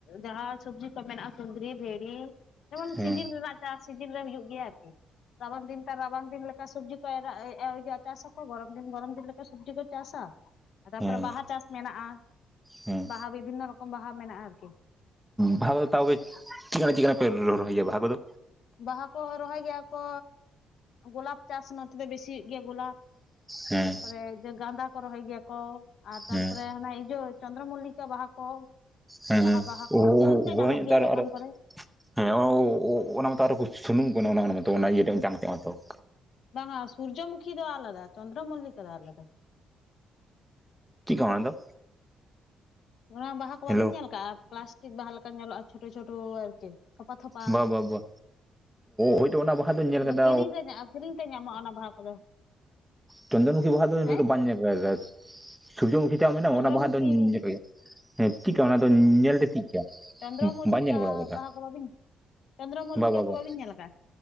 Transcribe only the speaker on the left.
ᱡᱟᱦᱟᱸ ᱥᱚᱵᱽᱡᱤ ᱠᱚ ᱢᱮᱱᱟᱜᱼᱟ ᱠᱩᱸᱫᱽᱨᱤ ᱵᱷᱤᱲᱤ ᱡᱮᱢᱚᱱ
ᱥᱤᱡᱤᱱ ᱨᱮᱱᱟᱜ ᱪᱟᱥ ᱥᱤᱡᱤᱱ ᱨᱮ ᱦᱩᱭᱩᱜ ᱜᱮᱭᱟ ᱟᱨᱠᱤ ᱨᱟᱵᱟᱝ ᱫᱤᱱ ᱛᱟᱨ ᱨᱟᱵᱟᱝ ᱫᱤᱱ ᱞᱮᱠᱟ ᱥᱩᱵᱽᱡᱤ ᱠᱚ ᱪᱟᱥᱟ ᱟᱠᱚ ᱜᱚᱨᱚᱢ ᱫᱤᱱ ᱜᱚᱨᱚᱢ ᱫᱤᱱ ᱞᱮᱠᱟ ᱥᱩᱵᱽᱡᱤ ᱠᱚ ᱪᱟᱥᱟ ᱛᱟᱯᱚᱨᱮ
ᱵᱟᱦᱟ
ᱪᱟᱥ ᱢᱮᱱᱟᱜᱼᱟ
ᱵᱟᱦᱟ ᱵᱤᱵᱷᱤᱱᱱᱚ ᱨᱚᱠᱚᱢ ᱵᱟᱦᱟ ᱢᱮᱱᱟᱜᱼᱟ ᱟᱨᱠᱤ
ᱵᱟᱦᱟ ᱠᱚ ᱨᱚᱦᱚᱭ ᱜᱮᱭᱟ ᱠᱚ ᱜᱳᱞᱟᱯ ᱪᱟᱥ ᱱᱚᱛᱮ ᱫᱚ ᱵᱮᱥᱤ ᱦᱩᱭᱩᱜ ᱜᱮᱭᱟ ᱜᱳᱞᱟᱯ ᱾
ᱛᱟᱨᱯᱚᱨᱮ ᱜᱟᱸᱫᱟ ᱠᱚ ᱨᱚᱦᱚᱭ ᱜᱮᱭᱟ ᱠᱚ ᱟᱨ ᱛᱟᱨᱯᱚᱨᱮ
ᱦᱟᱱᱟ ᱤᱡᱟ. ᱪᱚᱱᱫᱨᱚ ᱢᱩᱞᱞᱤ ᱵᱟᱦᱟ ᱠᱚ
ᱡᱟᱦᱟᱸ
ᱵᱟᱦᱟ
ᱠᱚ ᱠᱤᱨᱤᱧ ᱛᱮ ᱧᱟᱢᱚᱜ
ᱜᱮᱭᱟ ᱫᱚᱠᱟᱱ ᱠᱚ ᱨᱮ ᱾
ᱵᱟᱝᱟ ᱥᱩᱨᱡᱚᱢᱩᱠᱷᱤ ᱫᱚ ᱟᱞᱟᱫᱟ ᱪᱚᱱᱫᱨᱚ ᱢᱚᱞᱞᱤᱠᱟ ᱫᱚ ᱟᱞᱟᱫᱟ
ᱚᱱᱟ ᱵᱟᱦᱟ ᱠᱚ ᱵᱟᱵᱤᱱ
ᱧᱮᱞ ᱠᱟᱜᱼᱟ ᱯᱞᱟᱥᱴᱤᱠ ᱵᱟᱦᱟ ᱞᱮᱠᱟ ᱧᱮᱞᱚᱜᱼᱟ ᱪᱷᱳᱴᱳ ᱪᱷᱳᱴᱳ ᱟᱨᱠᱤ ᱛᱷᱚᱯᱟ ᱛᱷᱚᱯᱟ,
ᱚᱱᱟ
ᱠᱤᱨᱤᱧ ᱨᱮ ᱧᱟᱸᱜᱼᱟ ᱠᱤᱨᱤᱧ ᱛᱮ ᱧᱟᱢᱚᱜᱼᱟ ᱚᱱᱟ ᱵᱟᱦᱟ ᱠᱚᱫᱚ᱾
ᱦᱮᱸ
ᱪᱚᱱᱫᱨᱚᱢᱩᱠᱷᱤ
ᱪᱚᱱᱫᱨᱚ ᱢᱚᱞᱞᱤᱠᱟ
ᱵᱟᱦᱟ ᱠᱚ ᱵᱟᱵᱤᱱ ᱪᱚᱱᱫᱨᱚ ᱢᱚᱞᱞᱤᱠᱟ
ᱠᱚ
ᱵᱟᱵᱤᱱ ᱧᱮᱞ ᱟᱠᱟᱜ-ᱟ